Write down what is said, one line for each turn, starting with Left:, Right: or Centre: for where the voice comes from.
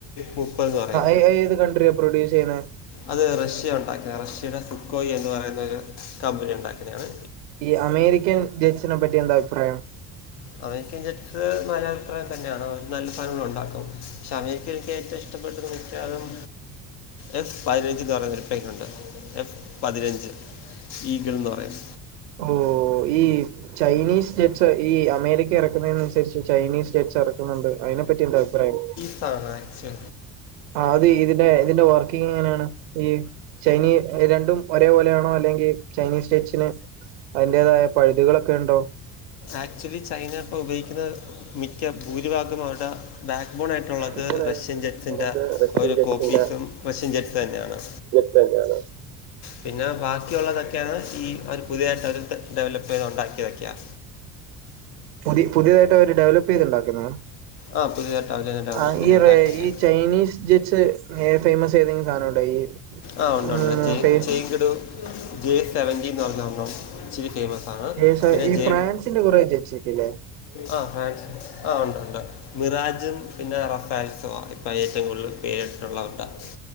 Left: മുപ്പതെന്ന് പറയും
Right: അത് ഏത് കണ്ട്രിയ പ്രൊഡ്യൂസ് ചെയ്യുന്നത്
Left: അത് റഷ്യ ഉണ്ടാക്കുന്ന റഷ്യയുടെ ഫുക്കോയ് എന്ന് പറയുന്നൊരു കമ്പനി ഉണ്ടാക്കുന്നതാണ്
Right: ഈ അമേരിക്കൻ ജറ്റ്സിനെ പറ്റി എന്താ അഭിപ്രായം
Left: അമേരിക്കൻ ജെറ്റ്സ് നല്ല അഭിപ്രായം തന്നെയാണ് നല്ല ചലനങ്ങളൾ ഉണ്ടാക്കും പക്ഷെ അമേരിക്ക എനിക്ക് ഏറ്റവും ഇഷ്ടം കഷ്ടപ്പെട്ടത് വച്ച അതം എഫ് പതിനഞ്ച്ന്ന് പറയ ഒരു പൈന ഉണ്ട് എഫ് പതിനഞ്ച് ഈഗിൾന്ന് പറയും
Right: ഓ ഈ ചൈനീസ് ജെറ്റ്സ് ഈ അമേരിക്ക ഇറക്കുന്നതിനനുസരിച്ച് ചൈനീസ് ജെറ്റ്സ് ഇറ ക്കുന്നുണ്ട് അതിനെപ്പറ്റി എൻത അഭിപ്രായം
Left: സാണ്ക്ച്
Right: ആ അത് ഇതിന്റെ ഇതിന്റെ വർക്കിങ് എങ്ങനെയാണ് ഈ ചൈനീ രണ്ടും ഒരേപോലെയാണോ അല്ലെങ്കിൽ ചൈനീസ് സ്റ്റേറ്റ്സിന് അതിന്റേതായ പഴുതുകളൊക്കെ ഉണ്ടോ
Left: ആക്ച്വലി ചൈനപ്പൊ ഉപയോഗിക്കുന്ന മിക്ക ഭൂരിഭാഗം അവവിരുടെ ബാക്ക് ബോണ ആയിട്ടുള്ളത്
Right: നമ്മള്
Left: റഷ്യൻ ജെറ്റ്സിൻ്റെ
Right: അത് റഷ്യൻ
Left: ഒരു
Right: ജെറ്റിന്റെ
Left: കോപ്പീസും റഷ്യൻ ജെറ്റ്സ് തന്നെയാണ്
Right: തനെയാണ്
Left: പിന്നെ ബാക്കിയുള്ളതൊക്കെയാണ് ഈ അവര് പുതിയായിട്ട് അവർ ഡെവലപ്പ് ചെയ്ത് ഉണ്ടാക്കി വെക്ക
Right: പുതിയ പുതിയതായിട്ട് അവര് ഡെവലപ്പ് ചെയ്തുണ്ടാക്കുന്ന
Left: ആ പുതിയതായിട്ട് അവർ തന്നെ ഡെവലപ്പ്
Right: ആ
Left: ചെയ്ത്
Right: ഈ
Left: ഉണ്ടാക്കിയ
Right: ഈ ചൈനീസ് ജിറ്റ്സ് ഫേമസ് ഏതെങ്കിലും സാധനം ഉണ്ടോ ഈ
Left: ആ ഉണ്ട്
Right: ഉം
Left: ഉണ്ട് ജേ
Right: ഫേ
Left: ചേങ്കട ജെ സെവൻറീന്ന് പറഞ്ഞ നണം ഇച്ചിരി ഫേമസാണ്
Right: ജേഴ്സി
Left: പിന്നെ
Right: ഈ
Left: ജെ
Right: ഫ്രാൻസിന്റെ കുറെ ജെറ്റ്സിക്കല്ലേ
Left: ആ ഫാക് ആ് ഉണ്ട് ഉണ്ട് മിറാജും പിന്നെ റഫാൽസോ ഇപ്പൊ ഏറ്റവും കൂടുതൽ പേരിട്ടുള്ള ആൾക്കാര്